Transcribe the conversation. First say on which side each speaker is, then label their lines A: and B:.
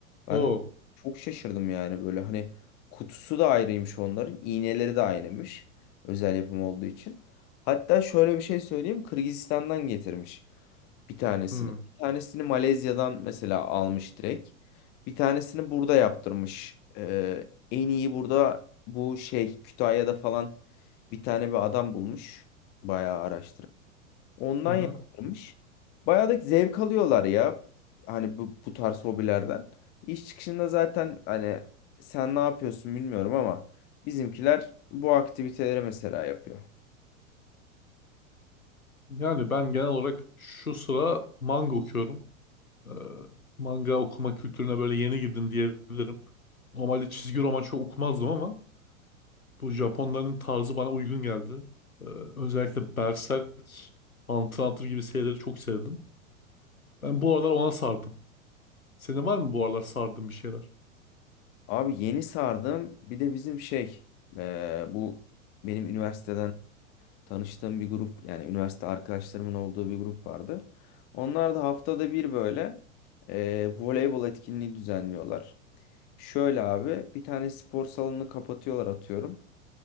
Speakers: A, on the left (about 25°); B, on the left (about 85°).
A: Ben
B: Oo.
A: de çok şaşırdım yani böyle hani kutusu da ayrıymış onların, iğneleri de aynıymış. Özel yapım olduğu için. Hatta şöyle bir şey söyleyeyim. Kırgızistan'dan getirmiş bir tanesini.
B: Hı. hı
A: Bir tanesini Malezya'dan mesela almış direkt. Bir tanesini burada yaptırmış. Ee, en iyi burada bu şey Kütahya'da falan bir tane bir adam bulmuş. Bayağı araştırıp. Ondan
B: Hı hı.
A: yaptırmış. Bayağı da zevk alıyorlar ya. Hani bu, bu tarz hobilerden. İş çıkışında zaten hani sen ne yapıyorsun bilmiyorum ama bizimkiler bu aktiviteleri mesela yapıyor.
B: Yani ben genel olarak şu sıra manga okuyorum. Ee, manga okuma kültürüne böyle yeni girdim diyebilirim. Normalde çizgi roman çok okumazdım ama bu Japonların tarzı bana uygun geldi. Ee, özellikle Berserk, Hunter x Hunter gibi serileri çok sevdim. Ben bu aralar ona sardım. Senin var mı bu aralar sardığın bir şeyler?
A: Abi yeni sardım. Bir de bizim şey eee, bu benim üniversiteden tanıştığım bir grup yani üniversite arkadaşlarımın olduğu bir grup vardı. Onlar da haftada bir böyle eee, voleybol etkinliği düzenliyorlar. Şöyle abi bir tane spor salonunu kapatıyorlar atıyorum.